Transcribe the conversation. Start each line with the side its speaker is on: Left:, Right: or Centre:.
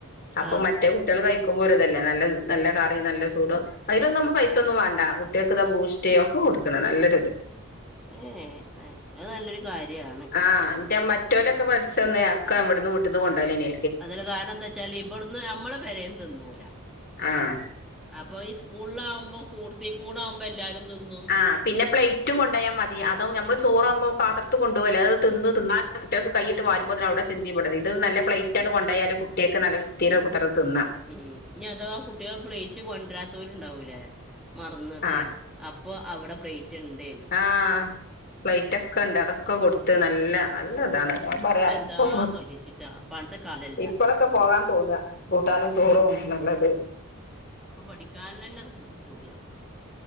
Left: അപ്പൊ
Centre: ആ
Left: മറ്റേ കുട്ടികൾ കഴിക്കുമ്പോ ഒരു ഇതല്ലേ നല്ല നല്ല കാറി നല്ല ചൂട് അതിലൊന്നും നമ്മ പൈസ ഒന്നും വേണ്ട കുട്ടികൾക്ക് ഇതാ ബൂസ്റ്റ് ഒക്കെ കൊടുക്കണ നല്ലൊ ഇത്
Centre: ഏഹ് ആഹ് അത് നല്ലൊരു കാര്യണ്
Left: ആഹ് എന്ത മ റ്റോലൊക്കെ പഠിച്ച തന്നേക്ക അവിടുന്ന് വിട്ടന്ന് കൊണ്ടോല്ലേന്ന്
Centre: അതില് കാരണം എന്താ വെച്ചാല് ഇവിടന്ന് നമ്മളെ പരന്ന് തിന്നൂല
Left: ആഹ്
Centre: അപ്പൊ ഈ സ്കൂളിലാവകുമ്പോ കൂർത്തി കൂട ആവുമ്പോ എല്ലാരും തിന്നും
Left: ആ പിന്നെ പ്ലേറ്റും കൊണ്ട പോയാൽ മതി അതോ നമ്മൾ ചോറാവുമ്പോ പാത്രത്തിൽ കൊണ്ടു പോകല്ലേ അത് തിന്നു തിന്ന കുട്ടികൾക്ക് കയിട്ട് വരുമ്പോന്ന അവിടെ ചിന്തിപ്പെടുന്നത് ഇത് നല്ല പ്ലേറ്റ് ആണ് കൊണ്ടായാലും കുട്ടികൾക്ക് നല്ല വിസര കുത്തി രുന്ന ത് തിന്ന
Centre: ഉം ഇനി അഥവാ കുട്ടിക പ്ലേറ്റ് കൊണ്ടുവരാത്തവരു ഇണ്ടാവൂലേ മറന്നത്
Left: ആഹ്
Centre: അപ്പോഅവ്ടെ പ്ലെറ്റ്ണ്ട്.
Left: ആഹ പ്ലൈറ്റക്കണ്ട് അതൊക്കെ കൊടുത്ത് നല്ല നല്ലതാണ് ഞാപറയാ
Centre: എന്താ
Left: ഇപ്പ
Centre: ശ്രദ്ധിച്ചിട്ടാ പണ്ടത്തെ കാലല്ല
Left: ഇപ്പളക്കെ പോകാൻ തോന്നാ കൂട്ടാനും ചോറും നല്ലത്.
Centre: ഇപ്പ പഠിക്കാൻ തന്നെത് പൂതിയാവാ